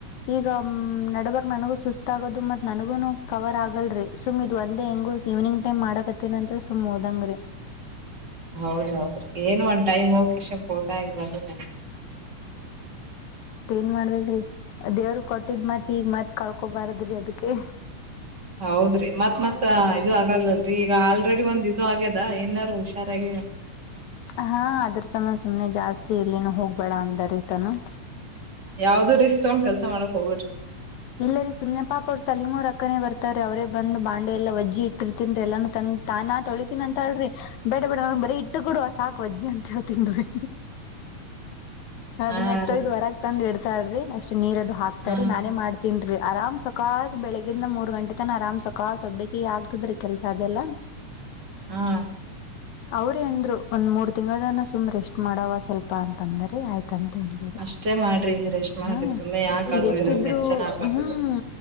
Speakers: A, on the left (about 75°); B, on the right (about 35°).
A: ಈಗ ಹ್ ನಡಬರ್ ನನಗೂ ಸುಸ್ತ ಗತ್ತ ಆಗೋದು ಮತ್ ನನಗೂನು ಕವರ್ ಆಗಲ್ರರಿ ಸುಮ್ ಇದು್ ಒಂದೇ ಹೆಂಗು ಈವ್ನಿಂಗ್ ಟೈಮ್ ಮಾಡಕತ್ತಿನ ಅಂತ ಸುಮ್ ಓದಂಗ್ರರಿ
B: ಹೌದ್ ಹೌದ್ರಿ ಏನ್ ಒಂದ್ ಟೈಮ್ ಹೋಗಿ ಇ ಫೋಟೋ ಆಗ್ಬಾರು <unintelligible>
A: ಏನ್ ಮಾಡ್ಬೇಕ್ರಿ ದೇವರು ಕೊಟ್ಟಿದ್ ಮಾತಿ ಈಗ ಮತ್ ಕಳ್ಕೊಬಾರದ್ರಿ ಅದಕ್ಕೆ
B: ಹೌದ್ರಿ ಮತ್ತ್ ಮತ್ ಇದು ಆಗಲ್ಲಲ್ರರಿ ಈಗ ಆಲ್ರೆಡಿ ಒಂದ್ ಇದು ಆಗ್ಯದ ಏನಾರು ಹುಷಾರಾಗಿ
A: ಹಾ ಅದ್ರ ಸಮ ಸುಮ್ನೆ ಜಾಸ್ತಿ ಇಲ್ಲಿನ ಹೋಗ್ಬೇಡ ಅಂದಾರಐತಾನ
B: ಯಾವ್ದು ರಿಸ್ಕ್ ತೊಗೊಂಡ್ ಕೆಲ್ಸ ಮಾಡಕ್ ಹೋಗಬಿಟ್ರಿ
A: ಇಲ್ಲ ರೀ ಸುಂದ ಪಾಪ ಅವರು ಸಲಮೂರ್ ಅಕ್ಕನೇ ಬರ್ತಾರೆ ಅವರೇ ಬಂದು ಬಾಂಡೆ ಎಲ್ಲ ವಜ್ಜಿ ಇಟ್ಟಿರ್ತನ್ಎಲ್ಲಾನು ತಂದ ತಾನಾ ತೊಳಿತೀನಿ ಅಂತ ಹೇಳ್ರಿ ಬೇಡ ಬೇಡ ಬರೀ ಇಟ್ಟು ಕೊಡುವ ಸಾಕಕ್ ವಜ್ಜಿ ಅಂತೇಳ್ ತಿನ್್ರರಿ ಅದನ್ನ
B: ಹಾ
A: ಎತ್ತೈದ
B: ರೀ
A: ವರಗೆ ತಂದು ಇಡ್ತ ಾ್ರಿ ಅಷ್ಟ ನೀರದು ಹಾಕ್ತಾರೆ
B: ಹಾ
A: ನಾನೇ ಮಾಡ ತಿನ್ರಿ ಆರಾಮ್ ಸಕಾಸು ಬೆಳಿಗಿಂದ ಮೂರ್ ಗಂಟೆ ತನ ಅರಾಮ್ ಸಕಾಸು ಒಬ್ಬಕ ಆಗ್ತದ್ರೀ ಕೆಲ್ಸ ಅದೆಲ್ಲಾ ಹ
B: ಹಾ
A: ಅವ್ರ ಅಂದ್ರು ಒಂದ್ ಮೂರ್ ತಿಂಗಳನ ಸುಮ್ ರೆಸ್ಟ್ ಮಾಡವ ಸ್ವಲ್ಪ ಅಂತ ಅಂದ್ರ ಆಯ್ತು ಕಂತ ಹಾರೆ
B: ಅಷ್ಟೇ ಮಾಡ್ರಿ ರೆಸ್ಟ್ ಮಾಡ್ರಿ
A: ಹಾ
B: ಸುಮ್ನೆ ಯಾಕ
A: ಈಗ
B: ಅದು
A: ಎಷ್ಟಿದ್ರು
B: ಇದು ಟೆನ್ಷನ್ ಹಾಕೊಂಡ್
A: ಹ್ಮ್